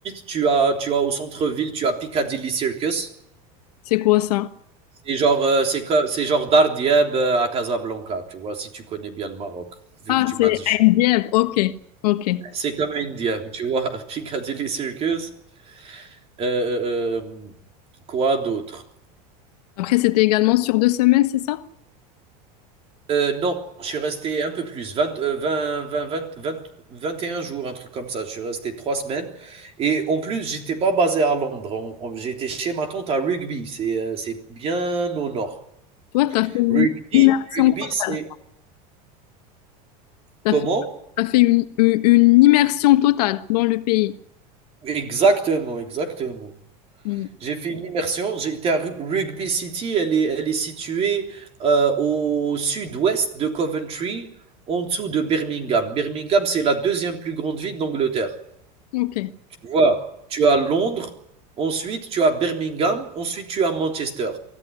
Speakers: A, on the right (about 30°); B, on the left (about 80°).
A: tu as tu as au centre-ville, tu as Piccadilly Circus.
B: C'est quoi ça?
A: C'est genre, heu, c'est co c'est genre Dardiab, heu, à Casablanca, tu vois? Si tu connais bien le Maroc, vu
B: Ah,
A: que tu m'as
B: c'est
A: dit: «Je
B: à
A: suis»
B: Dieppe. Ok, ok.
A: c'est comme India, tu vois? <laughs> Piccadilly Circus, heu, hem, quoi d'autre?
B: Après, c'était également sur deux semaines, c'est ça?
A: Euh, non, je suis resté un peu plus, 20, euh, 20, 20, 20, 20, 21 jours, un truc comme ça. Je suis resté trois semaines. Et en plus, j'étais pas basé à Londres. On- on- J'étais chez ma tante à Rugby. C'est euh, c'est bien au nord.
B: Toi, t'as fait une
A: Rugby,
B: immersion
A: rugby
B: totale.
A: c'est
B: T'as
A: comment?
B: fait, t'as fait une, une- une immersion totale dans le pays.
A: Exactement, exactement.
B: Mm.
A: J'ai fait une immersion. J'étais à Ru- Rugby City. Elle est, elle est située euh, au sud-ouest de Coventry, en dessous de Birmingham. Birmingham, c'est la deuxième plus grande ville d'Angleterre.
B: Ok.
A: Tu vois, tu as Londres, ensuite tu as Birmingham, ensuite tu as Manchester.